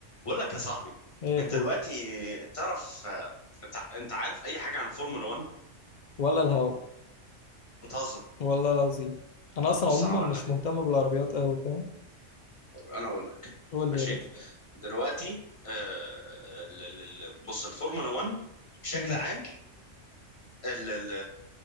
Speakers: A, on the left; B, on the left.
A: بقول لك يا صاحبي
B: ايه يا
A: انت
B: اخوي
A: دلوقتي تعرف آه، انت انت عارف اي حاجه عن فورمولا 1
B: ولا الهوا
A: بتهزر
B: والله العظيم انا
A: طب
B: اصلا
A: بص
B: عموما
A: انا اقول
B: مش
A: لك
B: مهتم بالعربيات قوي فاهم
A: انا اقول لك
B: قول
A: ماشي
B: لي يا باشا
A: دلوقتي آه... ال- ال- ال- بص الفورمولا 1 بشكل
B: امم
A: عام ال- ال-